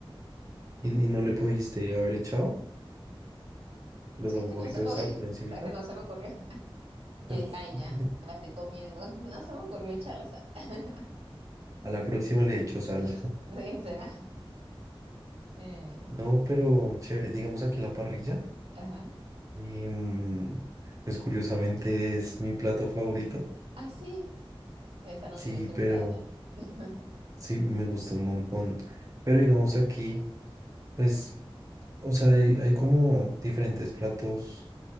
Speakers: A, on the right (about 35°); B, on the right (about 80°).
A: y, y no le pudiste haber echado de
B: ¿Sabes
A: pronto
B: que
A: un
B: no
A: poquito
B: se me,
A: de
B: ocurrió?
A: sal
B: <laughs>
A: por encimita.
B: ¿sabes que no se me ocurrió? Yo
A: <laughs>
B: dije, ay, ya, me la estoy comiendo. <laughs> No se me ocurrió echarle sal, <laughs>
A: A la próxima le echo sal.
B: sincera. Eh,
A: No, pero chévere, digamos aquí la parrilla,
B: ajá.
A: em, pues curiosamente es mi plato favorito.
B: Ah, sí, esta no
A: Sí,
B: te hubiese
A: pero
B: gustado tanto. <laughs>
A: sí, me gusta un montón. Pero digamos aquí, pues, o sea, hay, hay como diferentes platos